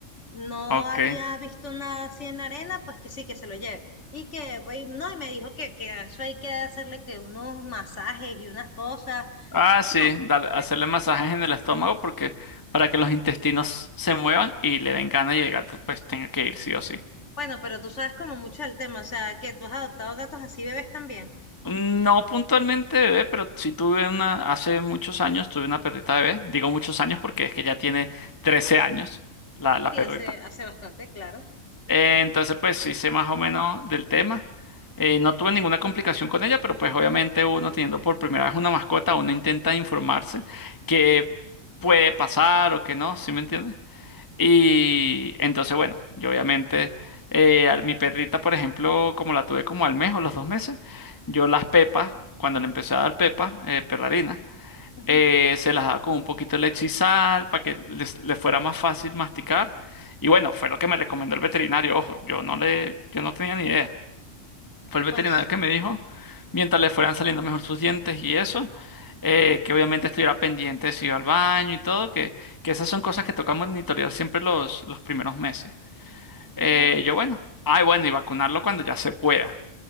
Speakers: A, on the left; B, on the left.
A: no
B: ok.
A: había visto nada así en la arena, pues que sí, que se lo lleve. Y que, y no, y me dijo que, que a eso hay que hacerle que unos masajes y unas cosas.
B: Ah, sí,
A: No.
B: dale- hacerle
A: eh,
B: masajes en el estómago porque para que los intestinos se muevan y le den ganas y el gato pues tenga que ir sí o sí.
A: Bueno, pero tú sabes como mucho del tema, o sea, que tú has adoptado gatos así bebés también.
B: No puntualmente bebé, pero sí tuve una, hace muchos años tuve una perrita bebé. Digo muchos años porque es que ya tiene 13 años la, la
A: Sí,
B: perrita.
A: hace, hace bastante, claro.
B: Eh, entonces pues sí sé más o menos del tema. Eh, no tuve ninguna complicación con ella, pero pues obviamente uno teniendo por primera vez una mascota, uno intenta informarse qué puede pasar o qué no, ¿sí me entiendes? Y entonces, bueno, yo obviamente, eh, a mi perrita, por ejemplo, como la tuve como al mes o los dos meses, yo las pepas, cuando le empecé a dar pepas, eh, perrarina,
A: Ujú,
B: eh, se las daba con un poquito de leche y sal para que les, les fuera más fácil masticar. Y bueno, fue lo que me recomendó el veterinario. Ojo, yo no le, yo no tenía ni idea fue el veterinario
A: Pues sí.
B: que me dijo, mientras le fueran saliendo mejor sus dientes y eso, eh, que obviamente estuviera pendiente de si iba al baño y todo, que, que esas son cosas que toca monitorear siempre los, los primeros meses. Eh,
A: Ah, ok.
B: yo, bueno, ay, bueno, y vacunarlo cuando ya se pueda.